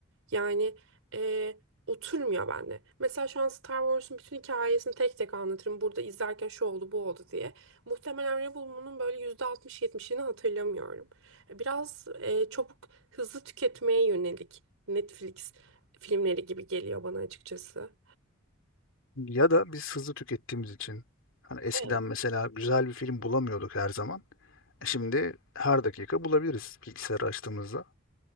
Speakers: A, on the right (about 80°); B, on the left (about 65°).
A: Yani eee, oturmuyor bende. Mesela şu an Star Wars'un bütün hikayesini tek tek anlatırım. Burada izlerken şu oldu bu oldu diye. Muhtemelen Rebel'ımın böyle %60-70'ini hatırlamıyorum. Biraz eee, çabuk hızlı tüketmeye yönelik Netflix filmleri gibi geliyor bana açıkçası.
B: Ya da biz hızlı tükettiğimiz için. Hani eskiden
A: Evet.
B: mesela güzel bir film bulamıyorduk her zaman. E Şimdi her dakika bulabiliriz bilgisayarı açtığımızda.